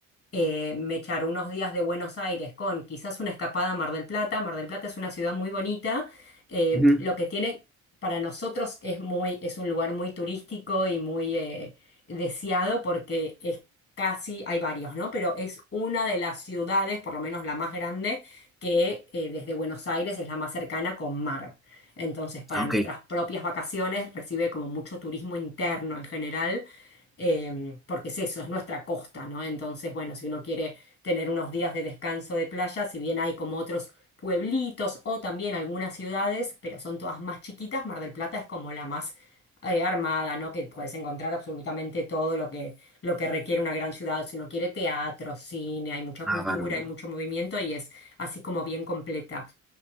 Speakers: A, on the left; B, in the centre.
A: eh, me echar unos días de Buenos Aires con quizás una escapada a Mar del Plata. Mar del Plata es una ciudad muy bonita. eh,
B: ujú,
A: lo que tiene para nosotros es muy, es un lugar muy turístico y muy eh, deseado porque es casi, hay varios, ¿no? Pero es una de las ciudades, por lo menos la más grande, que eh, desde Buenos Aires es la más cercana con mar. Entonces, para
B: ok,
A: nuestras propias vacaciones recibe como mucho turismo interno en general em, porque es eso, es nuestra costa, ¿no? Entonces, bueno, si uno quiere tener unos días de descanso de playa, si bien hay como otros pueblitos o también algunas ciudades, pero son todas más chiquitas, Mar del Plata es como la más eh, armada, ¿no? Que puedes encontrar absolutamente todo lo que, lo que requiere una gran ciudad, si uno quiere teatro, cine, hay mucha cultura,
B: ah, bárbaro.
A: hay mucho movimiento y es así como bien completa.